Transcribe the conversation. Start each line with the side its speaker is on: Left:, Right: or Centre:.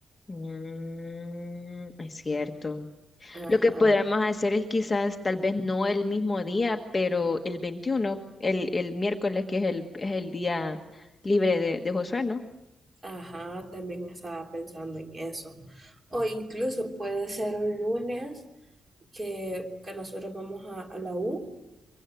Left: Mm, es cierto.
Right: Ajá,
Left: Lo que podríamos hacer es quizás, tal vez no el mismo día, pero el 21, el, el miércoles, que es el, es el día libre de, de Josué, ¿no?
Right: ajá, también estaba pensando en eso. O incluso puede ser un lunes que, que nosotros vamos a, a la U